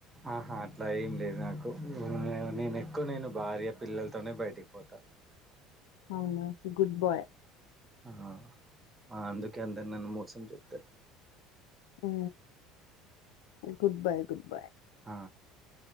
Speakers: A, on the right (about 20°); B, on the left (about 80°).
A: ఆహా అట్లా ఏం లేదు నాకు <unintelligible> నేను ఎక్కువ నేను భార్య పిల్లలతోనే బయటికి పోతా
B: అవునా గుడ్ బాయ్
A: ఆహా అందుకే అందరూ నన్ను మోసం చేత్తారు
B: ఊ గుడ్ బాయ్ గుడ్ బాయ్
A: ఆ